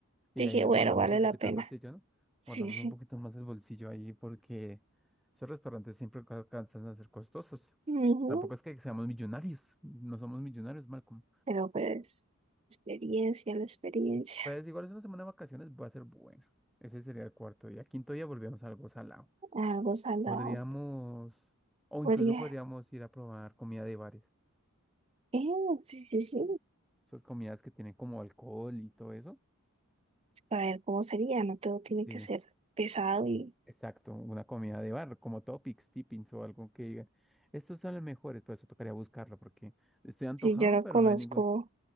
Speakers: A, in the centre; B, on the right.
A: Y
B: dije,
A: ahí
B: bueno,
A: guardamos
B: vale
A: un
B: la
A: poquito
B: pena.
A: el bolsillo, ¿no?
B: Sí,
A: Guardamos
B: sí.
A: un poquito más el bolsillo ahí porque esos restaurantes siempre ca- alcanzan a ser costosos.
B: Ujú.
A: Tampoco es que seamos millonarios. No somos millonarios, Malcolm.
B: Pero pues, experiencia, la experiencia.
A: Pues igual es una semana de vacaciones, va a ser buena. Ese sería el cuarto día. Quinto día volvemos a algo salado.
B: Algo salado.
A: Podríamos, o
B: Podría.
A: incluso podríamos ir a probar comida de bares.
B: Eh, sí, sí, sí.
A: Esas comidas que tienen como alcohol y todo eso.
B: Para ver cómo sería. No todo tiene
A: Sí,
B: que ser pesado. Y
A: exacto, una comida de bar, como topics, tippings o algo que digan. Estos son los mejores, por eso tocaría buscarlo, porque estoy antojado,
B: si yo no
A: pero
B: conozco
A: no hay ninguno.